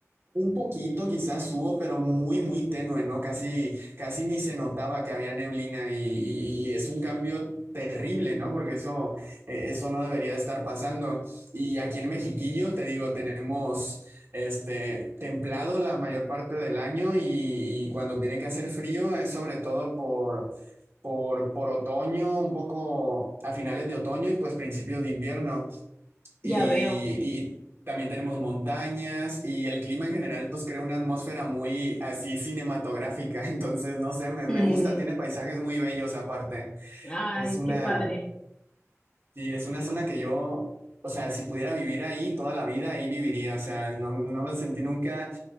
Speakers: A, on the right (about 50°); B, on the left (about 20°).
A: un poquito quizás hubo, pero muy, muy tenue, ¿no? Casi, casi ni se notaba que había neblina y, y- y es un cambio terrible, ¿no? Porque eso, eh, eso no debería de estar pasando. Y aquí en Mexiquillo, te digo, tenemos este templado la mayor parte del año y, y cuando tiene que hacer frío es sobre todo por, por, por otoño, un poco a finales de otoño y pues principios de invierno.
B: ya
A: Y,
B: veo.
A: y también tenemos montañas y el clima en general pues crea una atmósfera muy así cinematográfica. <laughs> Entonces, no sé, me, me
B: <laughs>
A: gusta, tiene paisajes muy bellos aparte.
B: Ay,
A: Es una,
B: qué padre.
A: sí, es una zona que yo, o sea, si pudiera vivir ahí toda la vida, ahí viviría. O sea, no, no me sentí nunca